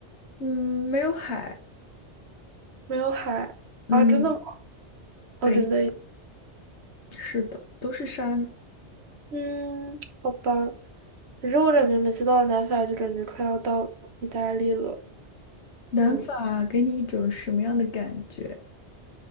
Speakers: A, on the left; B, on the right.
A: 嗯，没有海，
B: 没有海啊，
A: 嗯，
B: 真的吗？哦，
A: 北
B: 真的，
A: 是的，都是山。
B: 嗯，好吧。可是我感觉每次到了南法，就感觉快要到意大利了。
A: 南法给你一种什么样的感觉？
B: 嗯。